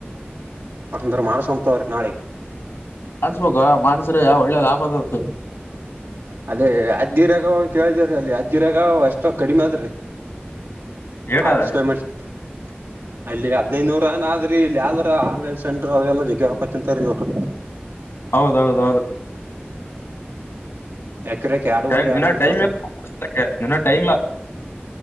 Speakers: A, on the right (about 85°); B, on the left (about 85°).
A: ಅಂದ್ರ ಮಾನಸವಂತ್ ಅವ್ರ ನಾಳೆ
B: ಮಾಡ್ಸ್ಬಬೇಕ ಮಾಡ್ಸ್ರೆ ಯಾವ ಒಳ್ಳೆ ಲಾಭ ಅದತ್
A: ಅದೇ ಆದಜ್್ದಿ ರಾಗ ಕೇಳಿದಾರ ಅಲ್ಲಿ ಆದಜ್್ದಿ ರಾಗ ಅಷ್ಟೋ ಕಡಿಮೆ ಅ ಆದ್ರೀ
B: ಏಟ್
A: ಆಿಸಕ
B: ಅದ
A: ಮರ್ <unintelligible> <unintelligible>
B: <unintelligible> <inaudible>
A: ಅಲ್ಲಿ ಹದ್ೈದುನೂರ ಏನ್ ಆದ್ರಿ ಇಲ್ಲಿ ಯಾವ್ದ್ರ ಆನ್ಲೈನ್ ಸೆಂ್ರ ಅ್ರಲ್ಲ ಜಗ್ಗ ರೊಕ್ಕಾ ತಿಂತಾರೀ ಅವರು
B: ಹೌದೌದೌದು
A: ಎಕೆರೆಕ ಆಡುವರಿ
B: ಟೈಮ್
A: ಆಡುವರಿ
B: ಇನ್ನ ಟೈಮ್
A: ತೋತ
B: ಇನ್ನ ಟೈಮ್ ಇಲ್ಲ